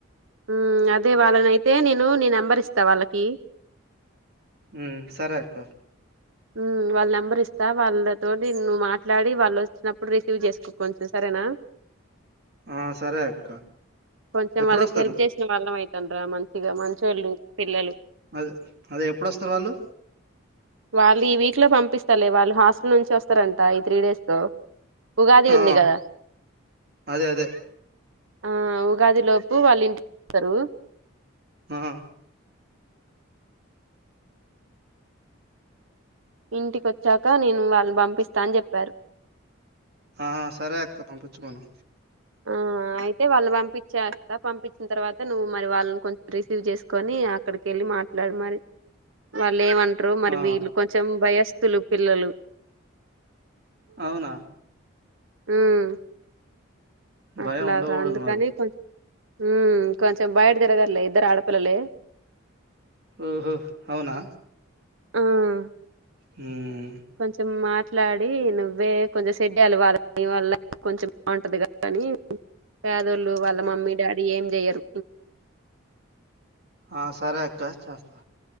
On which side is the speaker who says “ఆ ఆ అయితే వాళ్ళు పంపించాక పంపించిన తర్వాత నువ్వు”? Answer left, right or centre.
Right